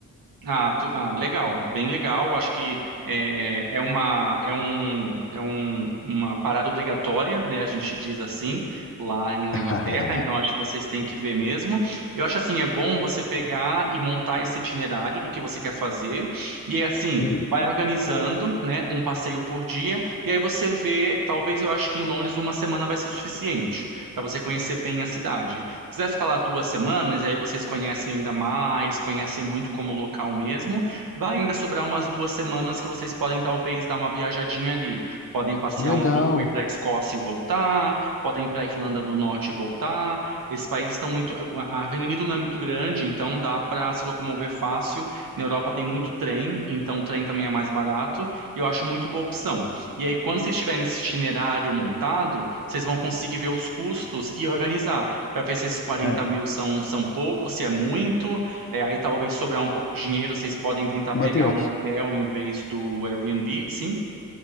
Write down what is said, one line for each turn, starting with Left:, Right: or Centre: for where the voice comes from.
Right: Ah, tu- ah, legal, bem legal. Acho que é, é uma é um é um, uma parada obrigatória, né? A gente diz assim lá em- na
Left: <laughs>
Right: Inglaterra. Então acho que vocês têm que ver mesmo. Eu acho assim é bom você pegar e montar esse itinerário do que você quer fazer e é assim.
Left: Hum,
Right: Vai organizando, né, um passeio por dia, e aí você vê, talvez eu acho que em Londres uma semana vai ser suficiente para você conhecer bem a cidade quiser ficar lá duas semanas, aí vocês conhecem ainda mais, conhecem muito como local mesmo, vai ainda sobrar umas duas semanas que vocês podem talvez dar uma viajadinha ali. Podem passear
Left: legal.
Right: um pouco, ir para a Escócia e voltar, podem ir para a Irlanda do Norte e voltar. Esses países estão muito. A a Reino Unido não é muito grande, então dá para se locomover fácil. Na Europa tem muito trem, então o trem também é mais barato, e eu acho muito boa opção. E aí, quando vocês tiverem esse itinerário montado, vocês vão conseguir ver os custos e organizar para ver se esses quarenta
Left: É.
Right: mil são, são pouco, se é muito. É, aí talvez sobrar um pouco de dinheiro, vocês podem tentar
Left: Matheus,
Right: pegar um hotel em vez do Airbnb, sim?